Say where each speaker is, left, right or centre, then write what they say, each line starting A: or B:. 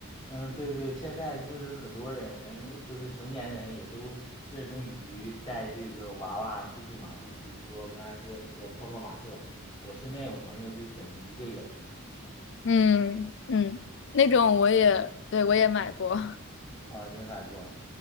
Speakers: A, on the left; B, on the left.
A: 嗯，对对，现在就是很多人，就是成年人也都热衷于带这个娃娃出去嘛。就比如说我刚才说那个泡泡玛特，我身边有朋友就挺迷这个的。
B: 嗯嗯，那种我也，对，我也买过。
A: 哦，你也买过？